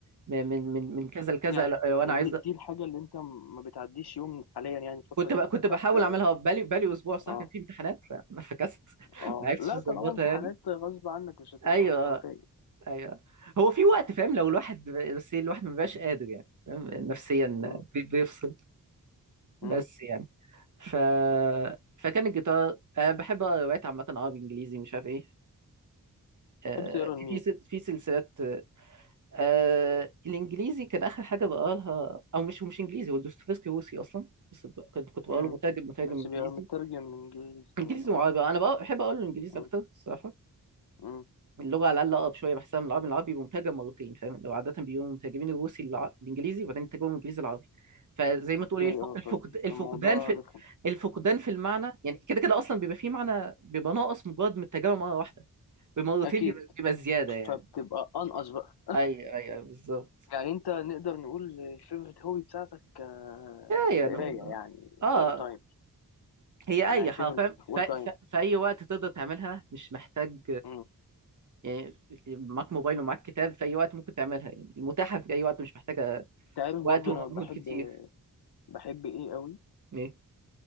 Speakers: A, on the right (about 50°); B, on the left (about 80°).
A: من من من من كذا لكذا
B: يعني
A: لو لو انا عايز
B: دي دي الحاجة اللي انت م- ما بتعديش يوم حاليا يعني الفترة
A: كنت
B: دي
A: ب...
B: من
A: كنت
B: غير
A: بحاول
B: ما ت...
A: اعملها بقالي بقالي اسبوع صح
B: اه
A: كان في امتحانات فما فكست <laughs>
B: اه
A: ما عرفتش
B: لا
A: اظبطها
B: طالما امتحانات
A: يعني
B: غصب عنك مش هتبقى
A: ايوه
B: اصلا فايق
A: ايوه هو في وقت فاهم لو الواحد بس إيه، الواحد ما بيبقاش قادر يعني فاهم نفسيا
B: امم
A: بي- بيفصل بس
B: امم
A: يعني ف فكان الجيتار أنا بحب اقرا روايات عامه عربي انجليزي مش عارف ايه آه،
B: تحب تقرا لمين؟
A: في في سل- في سلسلات آه الانجليزي كان اخر حاجه بقالها او مش مش انجليزي هو دوستويفسكي روسي اصلا بس ب- كنت كنت بقاله
B: امم
A: مترجم مترجم
B: بس
A: انجليزي
B: بيبقى مترجم من انجليزي طبعا
A: انجليزي
B: اه
A: وعربي انا بقى بحب اقول الانجليزي
B: امم
A: اكتر الصراحه
B: امم
A: اللغه على الاقل اقرب شويه بحسها من العربي العربي بيبقى مترجم مرتين فاهم لو عاده بيقولوا مترجمين الروسي للع- الانجليزي وبعدين يترجموا الانجليزي العربي فزي ما
B: اوكي
A: تقول ايه الفق-
B: اه
A: الفقد
B: فالموضوع
A: الفقدان في
B: رخم
A: الفقدان في المعنى يعني كده كده اصلا بيبقى فيه معنى بيبقى ناقص مجرد من الترجمه مره واحده بمرتين
B: اكيد
A: بيبقى بيبقى زياده يعني
B: فبتبقى انقص بقى
A: اي اي أي، بالظبلا
B: يعني انت نقدر نقول الفيفورت هوبي بتاعتك آه،
A: يعني
B: القرايه
A: نقول اه
B: يعني
A: آه.
B: اول تايم
A: هي
B: يعني
A: اي حرفيا
B: فيفورت اول
A: ف... ف...
B: تايم
A: في اي وقت تقدر تعملها مش محتاج
B: انت
A: يعني معاك موبايل ومعاك كتاب في اي وقت ممكن تعملها يعني متاحه في اي وقت مش محتاجه
B: عارف
A: وقت
B: برضو
A: ومجهود
B: انا بحب
A: كتير
B: بحب ايه قوي
A: ايه